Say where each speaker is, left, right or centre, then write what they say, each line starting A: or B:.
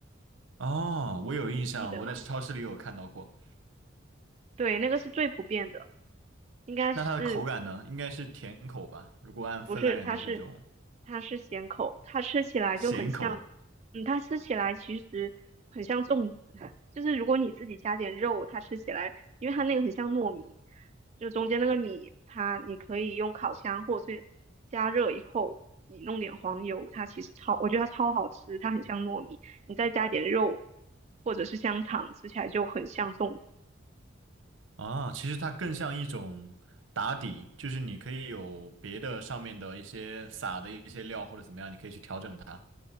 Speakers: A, on the right; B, on the right.
A: 哦，我有印象，
B: 你记得吗？
A: 我在超市里有看到过。
B: 对，那个是最普遍的，应该是
A: 那它的口感呢？应该是甜口吧？如果按芬兰人的这种
B: 不是？它是它是咸口，它吃起来就很像，
A: 咸口
B: 嗯，它吃起来其实很像粽子，<laughs> 就是如果你自己加点肉，它吃起来，因为它那个很像糯米，就中间那个米，它你可以用烤箱或者是加热以后，你弄点黄油，它其实超，我觉得它超好吃，它很像糯米，你再加点肉或者是香肠，吃起来就很像粽子。
A: 啊，其实它更像一种打底，就是你可以有别的上面的一些撒的一些料或者怎么样，你可以去调整它。